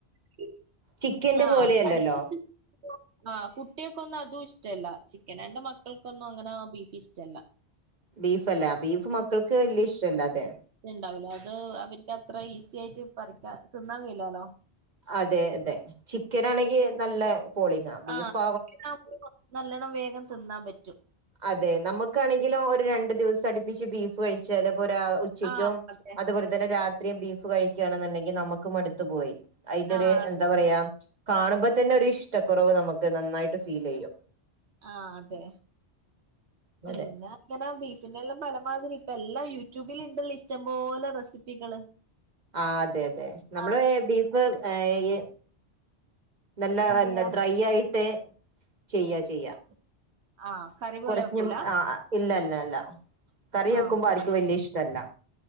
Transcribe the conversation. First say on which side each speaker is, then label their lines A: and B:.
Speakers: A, on the right (about 80°); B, on the right (about 40°).
A: പിൻ
B: ചിക്കന്റെ
A: ആഹ്
B: പോലെയല്ലല്ലോ
A: അടുപ്പിച്ച് ആഹ് കുട്ട്യക്കൊന്നും അതും ഇഷ്ടല്ല ചിക്കനാ എന്റെ മക്കൾക്കൊന്നും അങ്ങനെ ബീഫ് ഇഷ്ടല്ല
B: ബീഫല്ല ബീഫ് മക്കൾക്ക് വല്യ ഇഷ്ടല്ല അതെ
A: <unintelligible> ഉണ്ടാവൂലോ അത് അവർക്ക് അത്ര ഈസി ആയിട്ട് പറിക്കാൻ തിന്നാൻ കഴിയൂലാല്ലോ
B: അതെ അതെ ചിക്കൻ ആണെങ്കി നല്ല പോളിങ്ങാ ബീഫ്
A: ആഹ് ചിക്കൻ ആകുമ്പോ <unintelligible> നല്ലോണം വേഗം തിന്നാൻ പറ്റും
B: അതെ നമുക്കാണെങ്കിലും ഒരു രണ്ടു ദിവസം അടുപ്പിച്ച് ബീഫ് കഴിച്ചാല് അപ്പോ രാ ഉ ച്ചക്കും
A: ആഹ് അതെ
B: അത് പോലെ തന്നെ രാത്രിയും ബീഫ് കഴിക്കാണ് എന്നുണ്ടെങ്കിൽ നമ്മക്ക് മട്ത്തു പോയി അയിന്റെ
A: ആഹ്
B: ഒര്
A: അതന്നെ
B: എന്താ പറയാ കാണുമ്പോ തന്നെ ഒരു ഇഷ്ടക്കുറവ് നമുക്ക് നന്നായിട്ട് ഫീലെയ്യും
A: ആഹ് അതെ പിന്ന
B: അതെ
A: ഇങ്ങന ബീഫിന്റെ എല്ലാം പലമാതിരി ഇപ്പ എല്ലാം യൂട്യൂബില് ഇണ്ടല്ലോ ഇഷ്ടം പോലെ റെസിപ്പികള് <inaudible>
B: ആഹ് അതെ അതെ നമ്മള്
A: ആഹ്
B: ബീഫ് ഏഹ് നല്ല
A: എന്തെയ്യാ
B: എന്താ ഡ്രൈ ആയിട്ട് ചെയ്യാ ചെയ്യാ
A: ആഹ് കറി പോലെ
B: കൊറഞ്ഞും
A: വെക്കൂല
B: ആഹ് ഇല്ല ഇല്ല ഇല്ല കറി വെക്കുമ്പോ
A: ആഹ് അത്
B: ആർക്കും
A: ശരി
B: വല്യ ഇഷ്ടല്ല